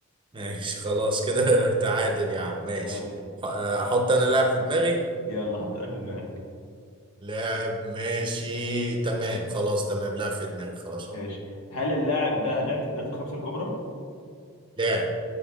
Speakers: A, on the right; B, on the left.
A: ماشي خلاص كده <laughs> تعادل يا عم ماشي
B: <laughs> يلا
A: ح- آه، احط انا لاعب في دماغي
B: يلا حط لعيب في دماغك
A: لاعب ماشي تمام خلاص تمام لاعب في دماغي خلاص اهو
B: ماشي هل اللاعب ده لعب في الدوريات الخمسه الكبرى
A: لاعب